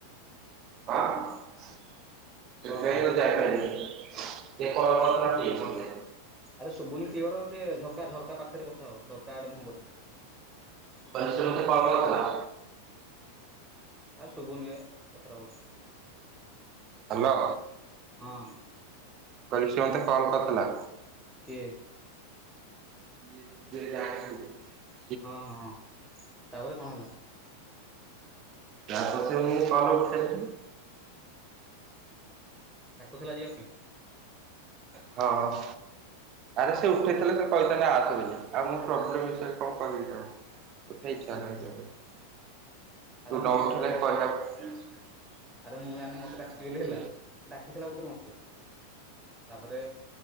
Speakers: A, on the right; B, in the centre.
A: <inaudible>
B: କହ କହ।
A: <inaudible>
B: ଆରେ ସୁୁଭୁନି କ୍ଲିଅର ଟିକେ ଝରକା-ଝରକା ପାଖେରେ କଥା ହ ଝରକା ଆଡେ ମୁଁହ କରି।
A: <inaudible>
B: ଆରେ ଶୁଭୁନି ବା କଥାଟା ଭଲସେ।
A: ହାଲୋ।
B: ହଁ।
A: କହିଲି ସିଏ ମୋତେ କଲ୍ କରିଥିଲା।
B: କିଏ?
A: କିଏ ତୁ ଜାଣିଚୁ।
B: ହଁ ହଁ ତାପରେ କଣ ହେଲା?
A: ତାପରେ ସିଏ ମୋ କଲ୍ ଉଠେଇଲେନି।
B: ଡାକୁଥିଲା ଯିବା ପାଇଁ
A: ହଁ। ଆରେ ସେ ଉଠେଇଥିଲେ ସେ କହିଥାନ୍ତେ ଆସେ ବୋଲି ଆଉ ମୋ ପ୍ରୋବ୍ଲେମ୍ ବିଷୟରେ କଣ କହିବି ତାଙ୍କୁ <inaudible>
B: ହୁଁ ଆରେ ମତେ କଲ ଆରେ ମୁଁ ଜାଣିନି
A: ସେ
B: ମତେ ଡାକିଚି
A: କହିଥିଲା କିଏ
B: ବୋଲି
A: କିଏ
B: ହେଲା ସେ ଡାକିଥିଲା <inaudible> ତାପରେ